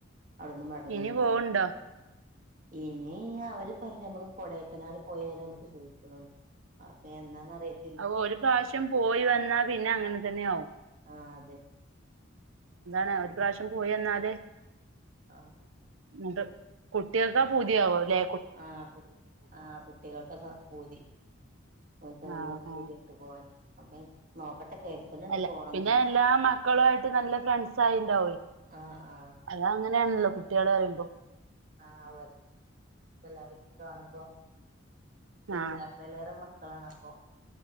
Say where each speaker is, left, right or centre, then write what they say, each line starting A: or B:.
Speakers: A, on the right; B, on the right.
A: അവ്ട്ന്ന് മടങ്ങി
B: ഇനി
A: പിന്നെ
B: പോവ്ണ്ടോ
A: ങ്ങള്. ഇനി അവര് പറിഞ്ഞെ നമ്മള് കൊടേക്കനാല് പോയാലോ ന്നൊക്കെ ചോയ്ക്ണ് ണ്ട്. എന്നാന്ന്അറിയൊ?
B: അഹ് ഒര് പ്രാവിശ്യം പോയി വന്നാ പിന്നെ അങ്ങനെ തന്നെയാവും.
A: ആഹ് അതെ.
B: ന്താണ് ഒര് പ്രാവിശ്യം പോയി ന്നാല്.
A: ആഹ്.
B: ന്നെട്ട് കുട്ടികൾക്കാ പുതിയാവ ല്ലേ
A: ആഹ് ആഹ് കുട്ടികൾക്കാ പൂതി ഓൽക് നല്ല
B: ആഹ്
A: പൂതിയാ
B: ആഹ്
A: <unintelligible> പോവാന് നോക്കട്ടെ കരുതുന്നുണ്ട്
B: അല്ല
A: പോണംന്നില്ലേ
B: പിന്നെ എല്ലാ മക്കളു ആയിട്ട് നല്ല ഫ്രണ്ട്സാ യിണ്ടാവുഏ.
A: ആഹ് ആഹ്
B: അത അങ്ങനെണല്ലോ കുട്ടികള് റിമ്പോ?
A: ആഹ് <unintelligible> കെല്ലാരോന്ന് കാണുമ്പോ രക്ഷിതാ..
B: ആഹ്
A: <unintelligible> ന്ന മക്കളാണ് അപ്പൊ